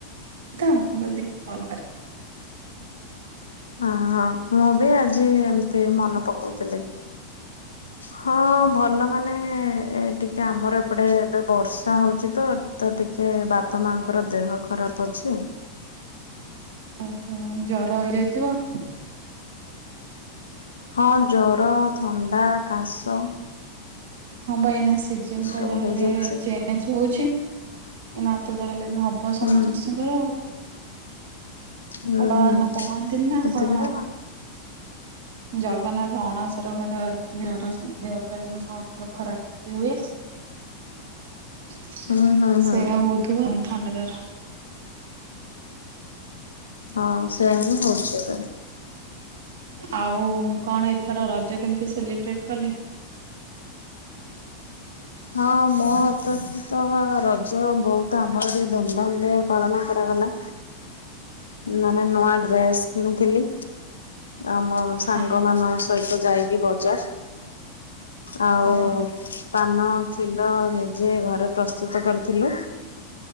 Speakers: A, on the right; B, on the left.
A: ତ ମୁଁ କହିଲି ଟିକେ କଲ କରିବି।
B: ହିଁ ହଁ ମୁଁ ବି ଆଜି ଏମିତି ମନେ ପକାଉଥିଲି। ହଁ ଭଲ ମାନେ ଏ ଟିକେ ଆମର ଏପଟେ ଏବେ ବର୍ଷା ହୋଉଚି ତ ତ ଟିକେ ବାପା ମାଙ୍କର ଦେହ ଖରାପ ଅଛି।
A: ଓହୋଃ ଜର ହେଇଯାଇଥିବ।
B: ହଁ ଜର, ଥଣ୍ଡା, କାଶ
A: ହଁ ପା ଏଇନା ସିଜନ
B: ଏସବୁ
A: ଟା ଯାହା
B: ହେଇଯାଇଛି।
A: ହେଲେ ଚେ ଏ ହୋଉଚି ନା ତ ଯାହାହେଲେ ବି ହେବ ସମସ୍ତଙ୍କର
B: ହୁଁ
A: ଆଉ।
B: ହୁଁ
A: ଆ କଣ
B: ହୁଁ
A: କୁହନ୍ତିନି ନା
B: ସେଥିପାଇଁ
A: କଣ
B: ଆଉ
A: ଜଗନ୍ନାଥ ଅଣାସର ଘର ଥିଲେ ଅରସ ଦେହ ଫିହ ଖରାପ୍ ହୁଏ <unintelligible>
B: ହୁଁ ହୁଁ ହୁଁ।
A: ତୁ ଥଣ୍ଡା ଜୋର
B: ହଁ ସେୟା ହିଁ ହୋଉଚି ଏବେ।
A: ଆଉ କଣ ଏଥର ରଜ କେମିତି ସେଲିବ୍ରେଟ କଲେ?
B: ହଁ ମୋତ ତ ତ ରଜ ବୋହୁତ ଆମର ଟିକେ ଧୁମଧାମ ରେ ପାଳନ କରାଗଲା। ମାନେ ନୂଆ ଡ୍ରେସ୍ କିଣିଥିଲି। ଆମ ସାଙ୍ଗ
A: ହଁ
B: ମାନଙ୍କ ସହିତ ଯାଇକି ବଜାର ଆଉ
A: ଓହୋ
B: ପାନ ଖିଲ ନିଜେ ଘରେ ପ୍ରସ୍ତୁତ କରିଥିଲୁ।